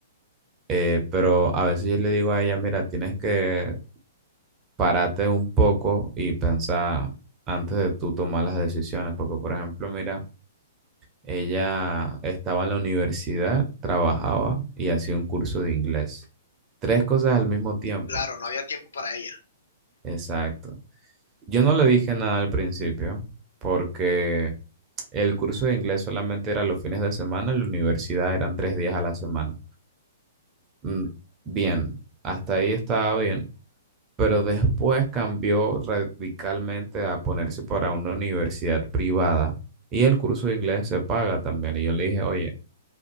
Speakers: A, on the right (about 25°); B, on the left (about 70°).
A: Eh, pero a veces yo le digo a ella, mira, tienes que pararte un poco y pensar antes de tú tomar las decisiones, porque por ejemplo, mira, ella estaba en la universidad, trabajaba y hacía un curso de inglés. Tres cosas al mismo tiempo.
B: Claro, no había tiempo para ella.
A: Exacto. Yo no le dije nada al principio porque el curso de inglés solamente era los fines de semana, la universidad eran tres días a la semana. Mm, Bien, hasta ahí estaba bien, pero después cambió radicalmente a ponerse para una universidad privada y el curso de inglés se paga también. Y yo le dije, oye,